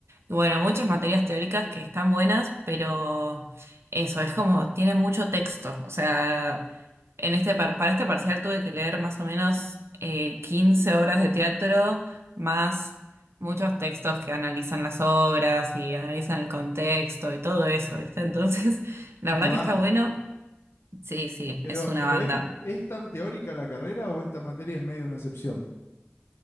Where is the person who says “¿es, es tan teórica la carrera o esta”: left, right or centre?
Left